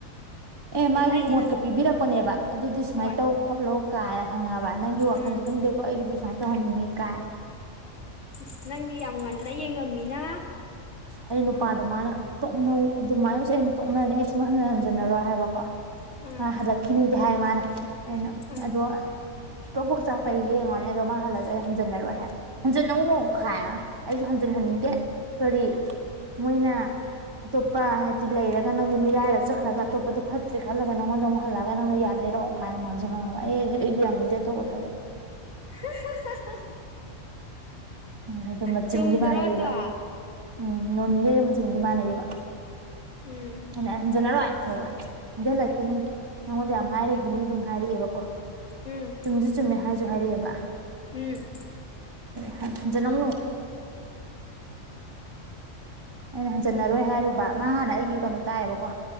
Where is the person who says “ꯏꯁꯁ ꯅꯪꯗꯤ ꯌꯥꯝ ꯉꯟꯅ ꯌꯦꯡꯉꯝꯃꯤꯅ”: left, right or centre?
Left